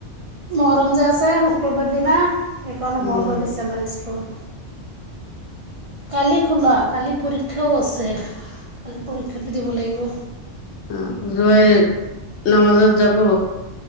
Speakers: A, on the right (about 55°); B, on the left (about 65°).
A: মহৰম যে আছে শুকুৰবাৰ দিনা সেইকাৰণে
B: উম
A: বন্ধ দিছে আমাৰ স্কুল। কালি খোলা কালি পৰীক্ষাও আছে, কালি পৰীক্ষাটো দিব লাগিব।
B: অ জই ন বজাত যাব।